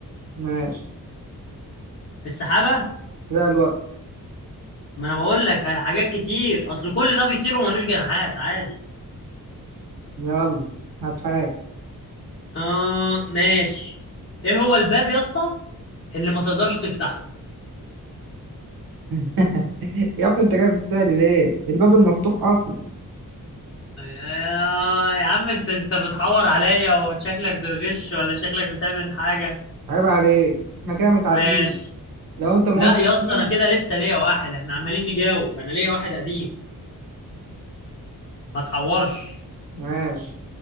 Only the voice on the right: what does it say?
ماشي
كده الوقت
يلا هات حاجة
<laughs> يا ابني انت جاي في السهل ليه الباب المفتوح اصلا
عيب عليك احنا كده متعادلين
لو انت ما
قلت
دي
ماشي